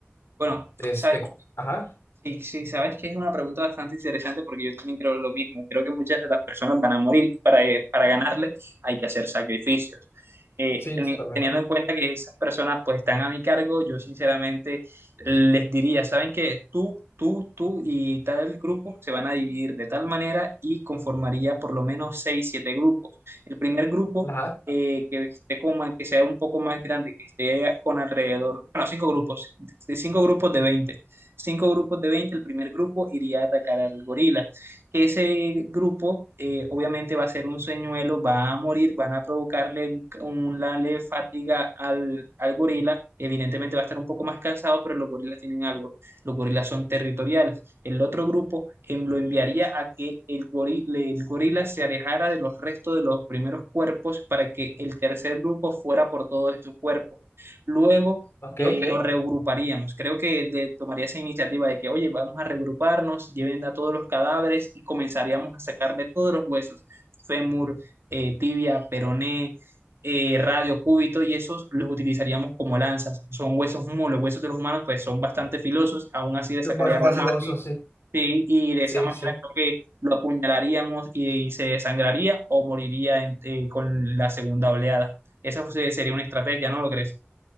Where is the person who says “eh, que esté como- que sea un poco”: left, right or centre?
Right